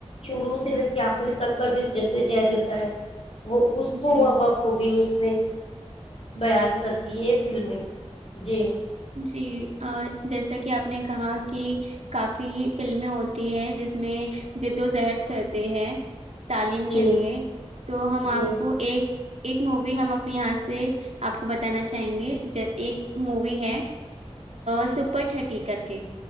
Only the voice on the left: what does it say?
شروع سے لے کے آخری تک کا جو جدوجہد ہوتا ہے وہ اس کو
وہ بخوبی اس میں بیان کرتی ہے فلمیں جی
جی
جی